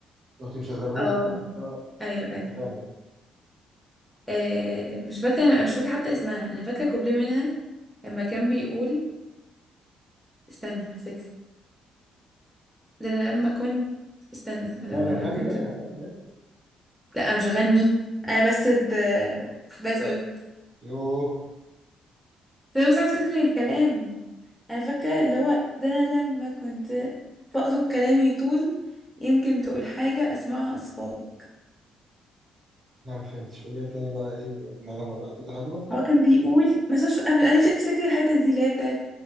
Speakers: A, on the right (about 45°); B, in the centre.
A: رحت مشغله
B: اه
A: لي كنا قاعدين سوا
B: ايوه ايوه
A: كنت بخيال يعني
B: آه مش فاكره انا مش فاكره حتى اسمها انا فاكره كوبليه منها لما كان بيقول استنى هفتكر ده انا لما كنت استنى لما
A: لا لا غني
B: كنت
A: بقى انا غني يلا
B: لا انا مش هغني انا بس د... حدث قلت
A: يوه
B: ده انا مش عارفه افتكر الكلام انا فاكره اللي هو ده انا لما كنت بقصد كلامي طول يمكن تقول حاجه اسمعها اصفالك
A: لا ما فهمتش قول لي تاني بقى ايه بقى؟ بالنغمه بقى كده حلوه
B: هو كان بيقول بس مش انا أنا نفسي افتكر الحته دي اللي هي بتاعت